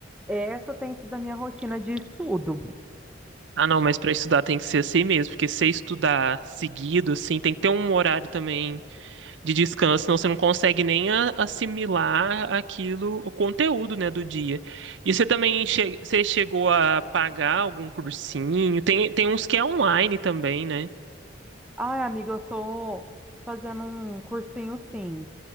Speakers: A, in the centre; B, on the right.
A: Essa tem sido a minha rotina de estudo.
B: Ah, não, mas para estudar tem que ser assim mesmo, porque se estudar seguido, assim, tem que ter um horário também de descanso, senão você não consegue nem a- assimilar aquilo, o conteúdo, né, do dia. E você também che- você chegou a pagar algum cursinho? Tem, tem uns que é online também, né?
A: Ai, amiga, eu tô fazendo um cursinho, sim.